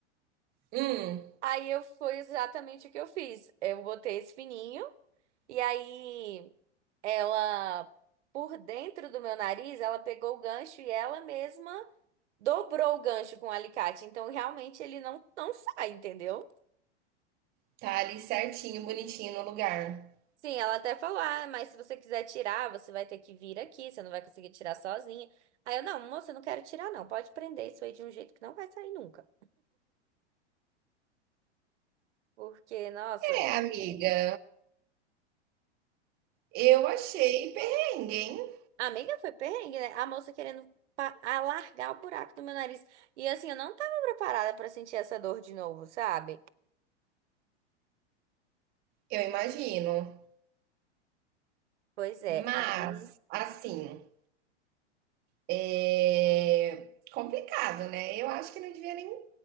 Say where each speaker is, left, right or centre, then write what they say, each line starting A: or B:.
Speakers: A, on the right; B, on the right.
A: Hum,
B: Aí eu foi exatamente o que eu fiz. Eu botei esse fininho e aí ela, por dentro do meu nariz, ela pegou o gancho e ela mesma. dobrou o gancho com o alicate, então realmente ele não, não sai, entendeu?
A: tá ali certinho, bonitinho no lugar.
B: Sim, ela até falou, ah, mas se você quiser tirar, você vai ter que vir aqui, você não vai conseguir tirar sozinha. Aí eu, não, moça, eu não quero tirar não, pode prender isso aí de um jeito que não vai sair nunca. Porque, nossa,
A: É, amiga, eu achei perrengue, hein?
B: a amiga foi perrengue, né? A moça querendo pa- alargar o buraco do meu nariz. E assim, eu não tava preparada pra sentir essa dor de novo, sabe?
A: Eu imagino.
B: Pois é,
A: Mas,
B: aí...
A: assim, é complicado, né? Eu acho que não devia nem